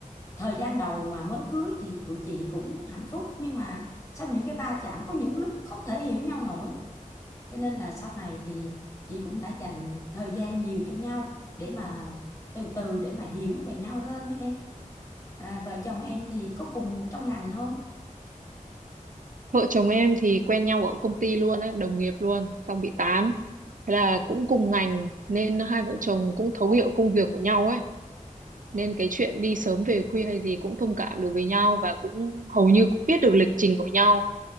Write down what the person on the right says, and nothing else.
vợ chồng em thì quen nhau ở công ty luôn ấy đồng nghiệp luôn xong bị tán thế là cũng cùng ngành nên hai vợ chồng cũng thấu hiểu công việc của nhau ấy nên cái chuyện đi sớm về khuya hay gì cũng thông cảm được với nhau và cũng hầu như cũng biết được lịch trình của nhau